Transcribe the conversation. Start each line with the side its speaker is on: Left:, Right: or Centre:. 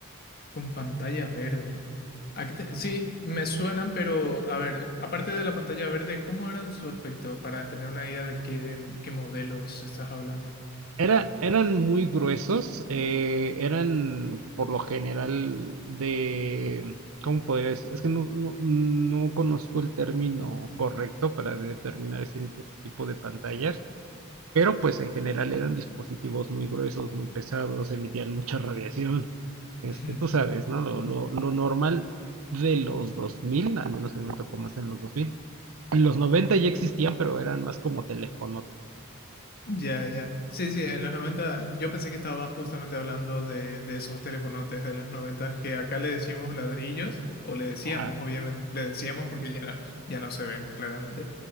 Left: Con pantalla verde. ¿A te- Sí, me suenan, pero a ver, aparte de la pantalla verde, ¿cómo eran su aspecto para tener una idea de qué, de qué modelos estás hablando?
Right: Era- eran muy gruesos, eh, eran por lo general de, ¿cómo podría decir? Es que no, no, no conozco el término correcto para determinar ese ese tipo de pantallas Pero pues en general eran dispositivos muy gruesos, muy pesados, emitían mucha radiación. Este,
Left: <laughs>
Right: tú sabes, ¿no? Lo, lo, lo normal de los 2000, al menos a mí me tocó más en los 2000. En los 90 ya existían, pero eran más como teléfonos.
Left: Ya, ya. Sí, sí, en los 90, yo pensé que estaba justamente hablando de, de esos telefonotes de los 90 que acá le decimos ladrillos, o le decíamos,
Right: Ajá,
Left: obviamente, le decíamos porque ya no, ya no se ven claramente.